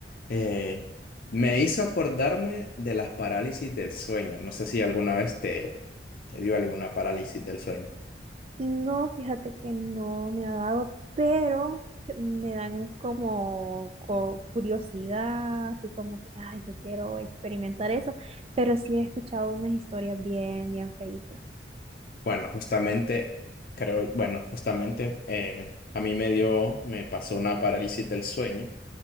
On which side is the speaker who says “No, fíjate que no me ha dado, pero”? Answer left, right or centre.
Right